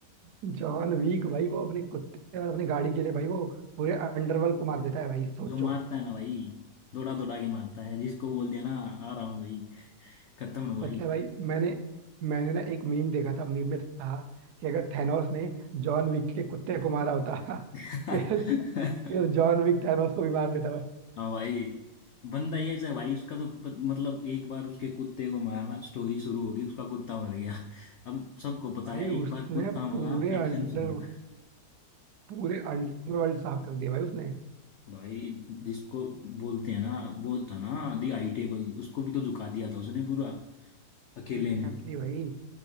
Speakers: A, on the right; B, on the left.
A: जॉन वीक भाई वो अपने कुत्ते और अपनी गाड़ी के लिए भाई वो पूरे अंडरवर्ल्ड को मार देता है भाई सोचो
B: जो मारता है ना भाई दौड़ा दौड़ा के मारता है जिसको बोल दिया ना आ रहा हूँ भाई खत्म है भाई
A: पता है भाई मैंने मैंने ना एक मीम देखा था मीम में था कि अगर थैनोस ने जॉन विक के कुत्ते को मारा होता <laughs>
B: <laughs>
A: फिर फिर जॉन विक थैनोस को भी मार देता भाई
B: हाँ भाई बंदा ये है भाई उसका तो प- मतलब एक बार उसके कुत्ते को मारा स्टोरी शुरू होगी उसका कुत्ता मर गया <laughs> अब सबको पता
A: भाई
B: है एक
A: उसने
B: बार कुत्ता
A: पूरे
B: मरा एक्शन
A: अंडर
B: शुरू
A: पूरे अंडरवर्ल्ड साफ कर दिया भाई उसने
B: भाई जिसको बोलते हैं ना वो था ना दी आई टेबल उसको भी तो झुका दिया था उसने पूरा अकेले
A: एग्जैक्टली
B: ने
A: भाई